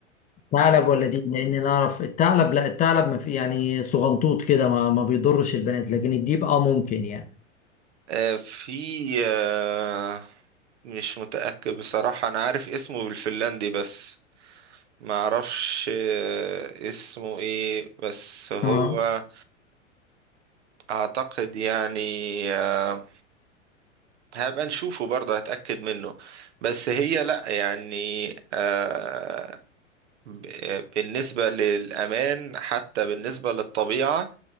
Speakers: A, on the left (about 20°); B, on the right (about 60°).
A: ثعلب ولا دي لأني نعرف الثعلب لا الثعلب ما في يعني صغنطوط كده ما, ما بيضرش البنات لكن الديب اه ممكن يعني
B: آه، في آه، مش متأكد بصراحة أنا عارف اسمه بالفنلندي بس ما أعرفش آه، اسمه إيه بس هو
A: اه
B: أعتقد يعني آه، هبقى نشوفه برضه هتأكد منه بس هي لأ يعني آه، ب- آه، بالنسبة للأمان حتى بالنسبة للطبيعة